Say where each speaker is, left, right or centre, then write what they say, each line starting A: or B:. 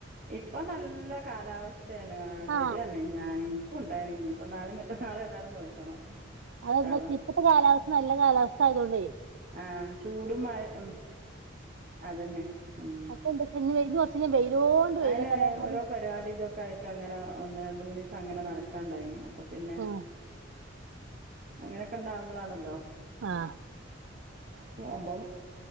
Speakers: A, on the right (about 45°); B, on the right (about 75°).
A: ഇപ്പം നല്ല കാലാവസ്ഥേണ് ശരിയാണ്
B: ആ
A: ഞാൻ ഇൻ ക്കും ഉണ്ടായിനി ഇ ഞ്പ്പ നാളിം മറ്റന്നാളും ഏതായാലും നോൽക്കണം
B: അതെന്തുപറ്റി
A: ഇൻഷാ അള്ളാ
B: ഇപ്പത്തെ കാലാവസ്ഥ നല്ല കാലാവസ്ഥ ആയതോണ്ടേ
A: ആഹ് ചൂടും മഴ ഉം അതന്നെ ഉം
B: അപ്പൊ എന്താ വെച്ചാ ഇനി വെ- ഇനി കുറച്ച് ഞാൻ വെയിലോണ്ട് വെയിലൊക്കെ
A: അഅനെ
B: എന്നാലും
A: ഓരോ പരിപാടിം ഇതൊക്കെ ആയിട്ട് അങ്ങനെ ഒന്ന് രണ്ട് മൂന്ന് ദിവസം അങ്ങനെ നട ക്കാണ്ടായിനി അപ്പപിന്നെ
B: ഉം,
A: അങ്ങനൊക്കെ ഉണ്ടാവുമ്പളാണല്ലോ
B: ആഹ് <unintelligible>
A: ഒമ്പ